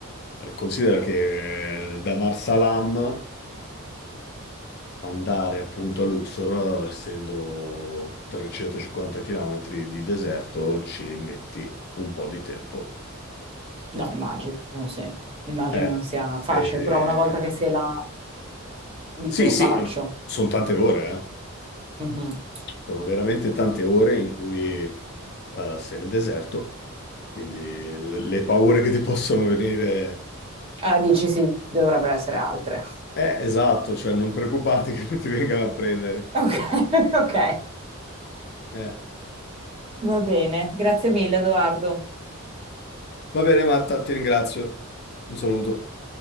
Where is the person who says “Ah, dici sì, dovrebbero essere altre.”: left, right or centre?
Right